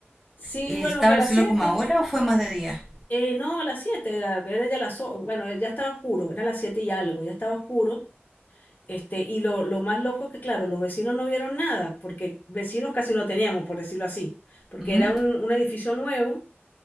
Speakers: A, on the left; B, in the centre.
A: Sí,
B: Eh,
A: bueno,
B: ¿Estaba
A: que a las
B: el cielo
A: 7,
B: como ahora o fue más de día?
A: eh, no, a las 7 era, era ya las, o- bueno, ya estaba oscuro, era las 7 y algo, ya estaba oscuro. Este, y lo, lo más loco es que, claro, los vecinos no vieron nada, porque vecinos casi no teníamos, por decirlo así, porque
B: Ujú.
A: era un un edificio nuevo